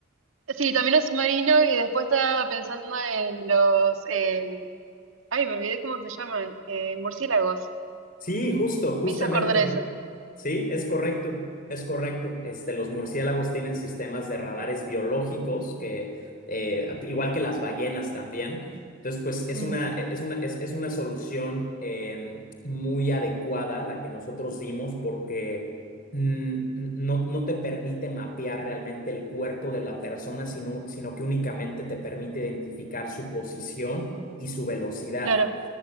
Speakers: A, on the right (about 80°); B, on the left (about 45°).
A: Sí, también los submarinos y después estaba pensando en los, eh, ay, me olvidé cómo se llaman, eh, murciélagos.
B: Sí, justo, justamente.
A: Me hizo acordar a eso.
B: Sí, es correcto, es correcto. Este, los murciélagos tienen sistemas de radares biológicos que, eh, igual que las ballenas también. Entonces, pues es
A: Mm,
B: una, es una, es, es una solución eh, muy adecuada la que nosotros dimos porque mm, no, no te permite mapear realmente el cuerpo de la persona, sino, sino que únicamente te permite identificar su posición y su velocidad.
A: claro.